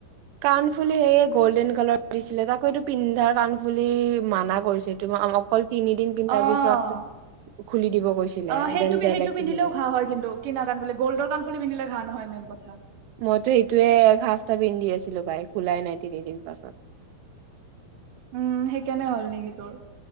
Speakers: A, on the right; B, on the right.
A: কাণফুলি সেইয়ে গ'ল্ডেন কালাৰ দিছিলে তাকো এইটো পিন্ধা কাণফুলি মানা কৰিছে। এইটো অ অকল তিনিদিন পিন্ধাৰ
B: অহ!
A: পিছত খুলি দিব কৈছিলে
B: অহ, সেইটো,
A: দেন বেলেগ
B: সেইটো পিন্ধিলেও
A: পিন্ধিব
B: ঘা হয় কিন্তু কিনা কাণ ফুলি গ'ল্ডৰ কাণফুলি পিন্ধিলে ঘা নহয় মেন কথা
A: মইতো এইটোৱে এক সাফতা পিন্ধি আছিলো পাই খোলাই নাই তিনিদিন পাছত
B: উম সেইকাৰণে হ'ল নেকি তোৰ?